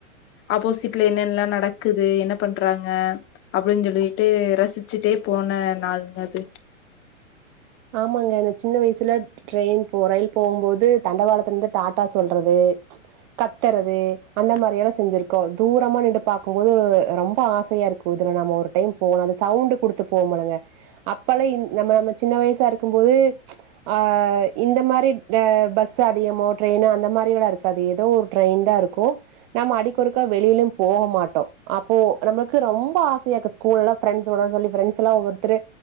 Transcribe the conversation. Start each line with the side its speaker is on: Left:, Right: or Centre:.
Left: ஆப்போசிட்ல என்னன்லா நடக்குது என்ன பண்றாங்க அப்டின் சொல்லிட்டு ரசிச்சுட்டே போன நாளுங்க அது
Right: ஆமாங்க என சின்ன வயசுல ட்ரெயின் போ ரயில் போவும் போது தண்டவாளத்துலேந்து டாடா சொல்றது கத்தறது அந்த மாரி எல்லா செஞ்சிருக்கோ தூரமா நின்டு பாக்கும்போது ரொம்ப ஆ சையா இருக்கூ இதுல நாம ஒரு டைம் போணூ அது சவுண்ட் குடுத்து போமுல்லங்க அப்பல்லா இந் நம்ம நம்ம சின்ன வயசாருக்கும்போது ஆ இந்த மாரி ட பஸ் அதிகமோ ட்ரெயின் அந்த மா பரிங்களாருக்காது எதோ ஒரு ட்ரெயின் தா இருக்கூ நம்ம அடிக்கொருக்கா வெளியிலும் போக மாட்டோ அப்போ நம்மளுக்கு ரொம்ப ஆசையாக்கு ஸ்கூல்லலா ஃப்ரண்ஸோட சொல்லி ஃப்ரெண்ட்ஸ்லா ஒவ்வொருத்தரு